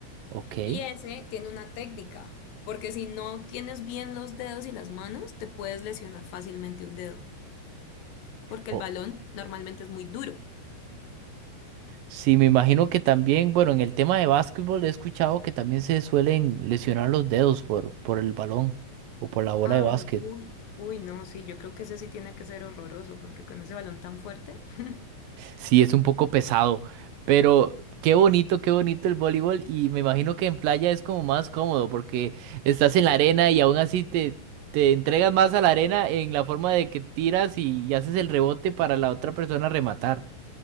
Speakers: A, on the right; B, on the left.
A: Ok.
B: y ese tiene una técnica, porque si no tienes bien los dedos y las manos, te puedes lesionar fácilmente un dedo. porque
A: Ok.
B: el balón normalmente es muy duro.
A: Sí, me imagino que también, bueno, en el tema de básquetbol he escuchado que también se suelen lesionar los dedos por, por el balón o por la bola
B: Ah,
A: de básquet.
B: no, uy, uy, no, sí, yo creo que ese sí tiene que ser horroroso, porque con ese balón tan fuerte. <laughs>
A: Sí, es un poco pesado, pero qué bonito, qué bonito el voleibol y me imagino que en playa es como más cómodo porque estás en la arena y aún así te, te entregas más a la arena en la forma de que tiras y y haces el rebote para la otra persona rematar.